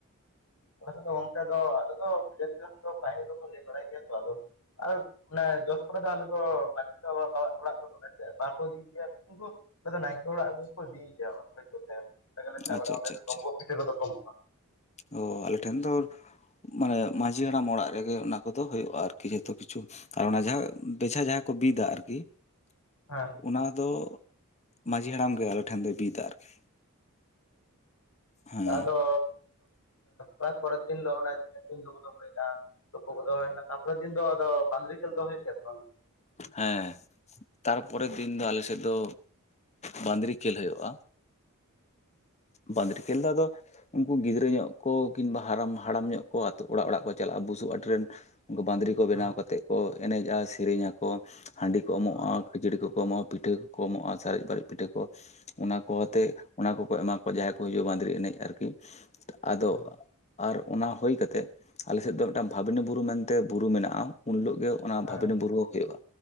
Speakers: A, on the left (about 80°); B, on the left (about 30°).
A: ᱛᱚ ᱜᱚᱝᱠᱮ ᱫᱚ ᱟᱞᱮ ᱫᱚ ᱠᱷᱟᱭ ᱫᱚᱠᱚ ᱞᱟᱹᱭ ᱵᱟᱲᱟᱭ ᱜᱮᱭᱟ ᱛᱚ ᱟᱫᱚ ᱟᱨ ᱚᱱᱮ ᱡᱚᱥ ᱠᱚᱨᱮ ᱫᱚ ᱟᱞᱮ ᱫᱚ ᱵᱟᱪᱮ ᱫᱚ ᱨᱟᱜ ᱚᱲᱟᱜ ᱨᱮ ᱵᱟ <inaudible> ᱵᱟᱠᱚ ᱤᱫᱤᱭ ᱜᱮᱭᱟ ᱩᱱᱠᱩ ᱱᱟᱭᱠᱮ ᱚᱲᱟᱜ ᱨᱮᱜᱮ ᱠᱚ ᱤᱫᱤᱭ ᱮᱭᱟ ᱚᱠᱚᱭ ᱠᱚ ᱥᱮ ᱛᱮ ᱪᱟ ᱵᱮᱲᱟ
B: ᱟᱪᱪᱷᱟ ᱟᱪᱪᱷᱟ ᱟᱪᱪᱷᱟ
A: ᱠᱚᱢᱚᱜ-ᱟ ᱯᱤᱴᱷᱟᱠᱚᱫᱚ ᱠᱚ ᱠᱚᱢᱚᱜ-ᱟ
B: ᱚ ᱟᱞᱮ ᱴᱷᱮᱱ ᱫᱚ ᱢᱟᱱᱮ ᱢᱟᱺᱡᱷᱤ ᱦᱟᱲᱟᱢ ᱚᱲᱟᱜ ᱨᱮᱜᱮ ᱚᱱᱟ ᱠᱚᱫᱚ ᱦᱩᱭᱩᱜ-ᱟ ᱟᱨᱠᱤ ᱡᱷᱚᱛᱚ ᱠᱤᱪᱷᱩ ᱟᱨ ᱚᱱᱟ ᱡᱟᱦᱟᱸ ᱵᱮᱡᱷᱟ ᱡᱟᱦᱟᱸ ᱠᱚ ᱵᱤᱫᱟ ᱟᱨᱠᱤ
A: ᱦᱮᱸ
B: ᱚᱱᱟ ᱫᱚ ᱢᱟᱹᱡᱽᱷᱤ ᱦᱟᱲᱟᱢ ᱜᱮ ᱟᱞᱮ ᱴᱷᱮᱱ ᱫᱚᱭ ᱵᱤᱫᱟ ᱟᱨᱠᱤ ᱦᱮᱸ
A: ᱟᱫᱚ ᱛᱟᱨ ᱯᱚᱨᱮᱨ ᱫᱤᱱ ᱦᱤᱞᱚᱜ ᱚᱱᱮ ᱛᱤᱱᱟ ᱫᱤᱱ ᱫᱩ <unintelligible> ᱛᱩᱯᱩ ᱠᱚ ᱫᱚ ᱦᱩᱭᱱᱟ ᱛᱟᱨ ᱯᱚᱨᱮ ᱫᱤᱱ ᱫᱚ ᱟᱫᱚ ᱵᱟᱸᱫᱽᱨᱤ ᱠᱷᱮᱞ ᱫᱚ ᱦᱩᱭᱩᱜ ᱜᱮᱭᱟ ᱥᱮ ᱵᱟᱝ
B: ᱦᱮᱸ ᱛᱟᱨᱯᱚᱨᱮᱨ ᱫᱤᱱ ᱫᱚ ᱟᱞᱮ ᱥᱮᱫ ᱫᱚ ᱵᱟᱸᱫᱽᱨᱤ ᱠᱷᱮᱞ ᱦᱳᱭᱳᱜᱼᱟ ᱵᱟᱺᱫᱽᱨᱤ ᱠᱷᱮᱞ ᱫᱚ ᱟᱫᱚ ᱩᱱᱠᱩ ᱜᱤᱫᱽᱨᱟᱹ ᱧᱚᱜ ᱠᱚ ᱠᱤᱝᱵᱟ ᱦᱟᱨᱟᱢ ᱦᱟᱲᱟᱢ ᱧᱚᱜ ᱠᱚ ᱟᱹᱛᱩ ᱚᱲᱟᱜ ᱚᱲᱟᱜ ᱠᱚ ᱪᱟᱞᱟᱜᱼᱟ ᱵᱩᱥᱩᱵ ᱟᱴᱤ ᱨᱮᱱ ᱩᱱᱠᱩ ᱵᱟᱸᱫᱽᱨᱤ ᱠᱚ ᱵᱮᱱᱟᱣ
A: ᱦᱮᱸ
B: ᱠᱟᱛᱮᱫ ᱠᱚ ᱮᱱᱮᱡᱼᱟ ᱥᱮᱨᱮᱧ ᱟᱠᱚ ᱦᱟᱸᱰᱤ ᱠᱚ ᱮᱢᱚᱜᱼᱟ
A: ᱦᱮᱸ
B: ᱠᱷᱟᱹᱡᱟᱹᱲᱤ ᱠᱚ ᱠᱚ ᱮᱢᱚᱜᱼᱟ ᱯᱤᱴᱷᱟᱹ ᱠᱚ ᱠᱚ ᱮᱢᱚᱜᱼᱟ ᱥᱟᱨᱮᱡ ᱵᱟᱨᱮᱡ ᱯᱤᱴᱷᱟᱹ ᱠᱚ ᱚᱱᱟ ᱠᱚ ᱟᱛᱮ ᱩᱱᱠᱩ ᱠᱚ ᱮᱢᱟ ᱠᱚᱣᱟ ᱡᱟᱦᱟᱸᱭ ᱠᱚ ᱦᱤᱡᱩᱜᱼᱟ ᱵᱟᱸᱫᱽᱨᱤ ᱮᱱᱮᱡ ᱟᱨᱠᱤ ᱟᱫᱚ
A: ᱦᱮᱸ
B: ᱟᱨ ᱚᱱᱟ ᱦᱳᱭ ᱠᱟᱛᱮᱫ ᱟᱞᱮ ᱥᱮᱫ ᱫᱚ ᱢᱤᱫᱴᱟᱝ ᱵᱷᱟᱵᱽᱱᱤ ᱵᱩᱨᱩ ᱢᱮᱱᱛᱮ ᱵᱩᱨᱩ ᱢᱮᱱᱟᱜᱼᱟ ᱩᱱ ᱦᱤᱞᱳᱜ ᱜᱮ ᱚᱱᱟ
A: ᱦᱮᱸ
B: ᱵᱷᱟᱵᱽᱤᱱᱤ ᱵᱩᱨᱩ ᱦᱳᱭᱳᱜᱼᱟ